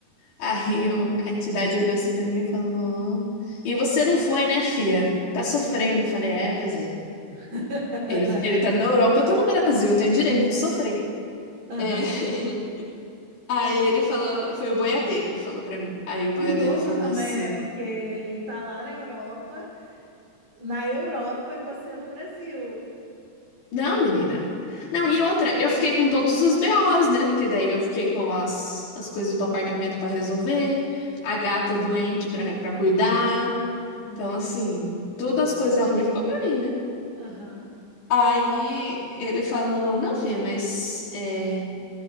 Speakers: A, on the left (about 65°); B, on the right (about 55°).
A: aí o- a entidade olhou assim pra mim e falou: "Não. E você não foi, né, fia? Tá sofrendo. Eu falei, é, pois é.
B: <laughs>
A: Ele, ele tá na Europa, eu tô no Brasil, eu tenho direito de sofrer.
B: Aham.
A: É. <laughs> Aí ele falou, foi o boiadeiro que falou pra mim. Aí o
B: Em
A: boiadeiro
B: dobro
A: falou
B: também,
A: assim.
B: né? Porque ele tá lá na Europa, na Europa e você no Brasil.
A: Não, menina. Não, e outra, eu fiquei com todos os BOs, né? Porque daí eu fiquei com as, as coisas do apartamento pra resolver, a gata doente pra para cuidar.
B: Uhum.
A: Então, assim, todas as coisas ruins ficou pra mim, né?
B: Aham.
A: Aí ele falou: Não, filha, mas é,